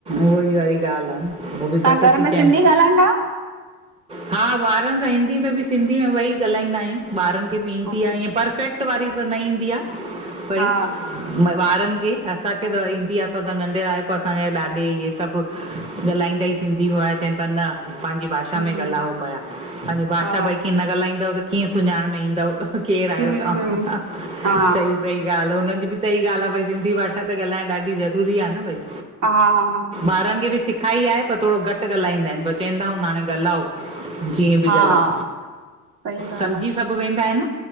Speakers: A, on the right; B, on the right.
A: उवई वारी ॻाल्ह आ न उओ बि
B: तव्हां
A: घट
B: घर
A: ती
B: में
A: चैएंन
B: सिंधी ॻाल्हाईंदा आहियो?
A: हा ॿारअन सां हिंदी में बी सिंधी में वेई ॻाल्हाईंदा आह्युं ॿारअन खे बी ईंदी
B: अच्छा
A: आ इंय परफेक्ट पटवारी त न ईंदी आ भई
B: हा
A: ॿारअन खे असांखे त ईंदी आ असां त नंढ़ाणांप ॾाॾे इंये सभ। ॻाल्हाईंदा ई सिन्धी में चयंन प्या न पांजी भाषा
B: हम्म
A: में ॻाल्हो पया पेंहजी भाषा
B: हा
A: भई कीयं न ॻाल्हाईंदव त कीयं सुञांण में इन्दव केर आयो
B: हम्म
A: तव
B: हम्म हा
A: सही पई ॻाल्ह उनन जी बि सही ॻाल्ह आ भई सिंधी भाषा त ॻाल्हाण ॾाढ़ी ज़रूरी आ न भई
B: आ आ
A: ॿारअन खे बि सिखाईं आहे पर थोड़ो घट घट ॻाल्हींदा चैंयदायुं हाणे ॻाल्हो जींय बी
B: हा
A: ॻाल्हो
B: सही
A: समझी
B: ॻाल्हि
A: सभु वेंदा आहिन